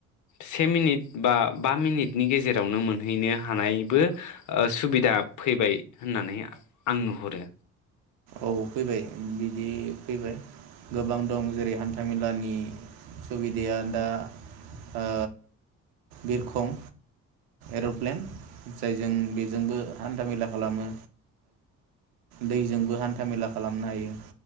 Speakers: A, on the left (about 55°); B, on the right (about 75°).
A: से मिनिट। बा बा मिनिटनि गेजेरावनो मोनहैनो हानायबो सुबिदा फैबाय होननानै आं नुहरो।
B: औ फैबाय बिदि फैबाय गोबां दं जेरै हान्था मेलानि सुबिदाया दा। ओ। बिरखं एरप्लेन जायजों बेजोंबो हान्था मेला खालामो दैजोंबो हान्था हान्थामेला खालामनो हायो।